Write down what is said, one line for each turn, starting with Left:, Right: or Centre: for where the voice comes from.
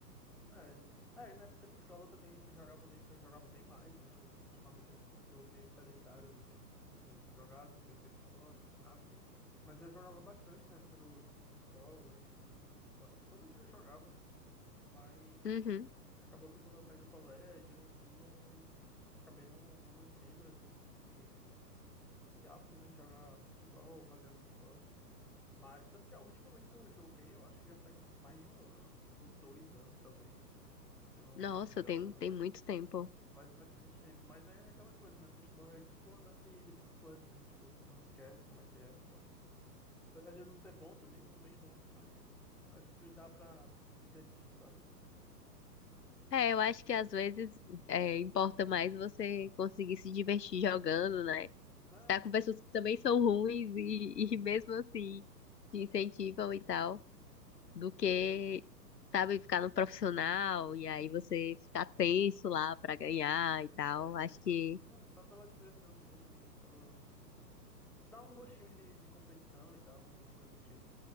Centre: É. É, na época de escola também eu jogava bem, eu jogava bem mais, né? Eu- ultimamente eu tô meio sedentário, não tenho, não tenho jogado, não tenho feito esporte, nada. Mas eu jogava bastante na época do, de escola e acho que todo dia eu jogava, né? Mas.
Left: Uhum.
Centre: Acabou que quando eu saí do colégio, eu não acabei não, não mantendo esse, esse, esse hábito, né, de jogar futebol ou fazer algum esporte. Mas tanto que a última vez que eu joguei, eu acho que já faz mais de um ano, ou dois anos talvez, que eu não,
Left: Nossa,
Centre: não jogo.
Left: tem, tem
Centre: É,
Left: muito tempo.
Centre: faz bastante tempo. Mas é aquela coisa, né? Futebol é tipo andar de, de bicicleta, né? Tipo, você não esquece como é que é. Então, apesar de eu não ser bom também, eu sou bem ruim, mas acho que dá pra divertir, sabe?
Left: É, eu acho que às vezes é, importa mais você conseguir se divertir jogando, né?
Centre: É,
Left: Estar
Centre: apesar-
Left: com pessoas que também são ruins e,
Centre: sim.
Left: <laughs> e mesmo assim te incentivam e tal, do que, sabe, ficar no profissional e aí você ficar tenso lá pra ganhar
Centre: Pois
Left: e tal.
Centre: é,
Left: Acho
Centre: não,
Left: que
Centre: é só pela diversão mesmo e pelo... dá um gostinho de, de competição e tal, coisa do tipo.